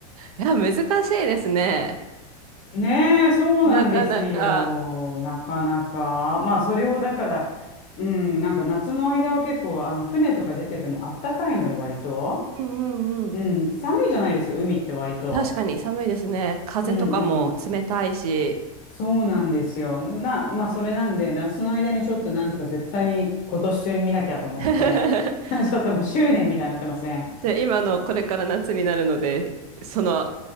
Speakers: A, on the right (about 85°); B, on the left (about 40°).
A: いや、難しいですね。
B: ねえ、そうなんですよ。
A: なかなか。
B: なかなか。まあそれをだから、うん、なんか夏の間は結構あの船とか出ててもあったかいので割と。
A: うんうんうん。
B: うん、寒いじゃないですか、海って割と。
A: 確かに寒いですね。風とかも冷たいし。
B: うんうん。そうなんですよ。な、まあ、それなんで、夏の間にちょっとなんとか絶対に今年中に見なきゃと思って、
A: <laughs> <laughs>
B: <laughs> ちょっともう執念みたいになってますね。
A: じゃあ今のこれから夏になるので、その